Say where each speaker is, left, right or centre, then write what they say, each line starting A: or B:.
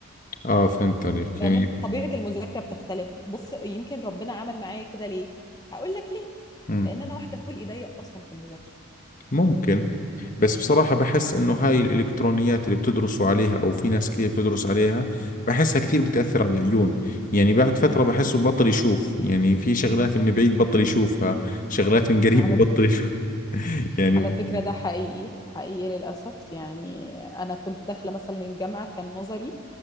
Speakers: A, on the left; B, on the left.
A: آه فهمت عليك
B: فاهم
A: يعني
B: طبيعة المذاكرة بتختلف بص يمكن ربنا عمل معايا كده ليه هقول لك ليه
A: مم.
B: لأن أنا واحدة خلقي ضيق أصلا في المذاكرة
A: ممكن بس بصراحة بحس إنه هاي الإلكترونيات اللي بتدرسوا عليها أو في ناس كثير بتدرس عليها بحسها كثير بتأثر على العيون يعني بعد فترة بحسه بطل يشوف يعني في شغلات من بعيد بطل يشوفها شغلات من قريب
B: على
A: بطل
B: فكرة
A: يشوف <laughs> يعني
B: على
A: ب-
B: فكرة ده حقيقي حقيقي للأسف يعني أنا كنت داخلة مثلا الجامعة كان نظري